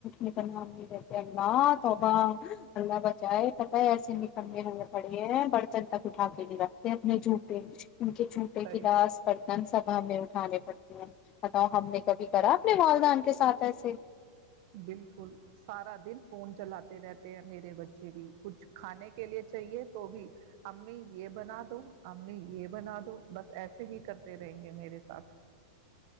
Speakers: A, on the left; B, on the right.
A: نکلنا رہتے اللہ توبا اللہ بچائے پتہ ہے ایسے نکلنے ہمیں پڑے ہیں برتن تک اٹھا کے نہیں رکھتے جوپلم ان کے چھوٹے
B: صحیح
A: کلااس برتن سبا ہمیں اٹانے پڑتے ا بتاؤں ہم نے کبھی کرا اپنے والدان کے ساتھ ایسے
B: بالکل سارا دن فون چلاتے رہتے ہیں میرے بچے بھی کچھ کھانے کے لیے چاہیے تو بھی امی یہ بنا دو امی یہ بنا دو بس ایسے ہی کرتے رہیں گے میرے ساتھ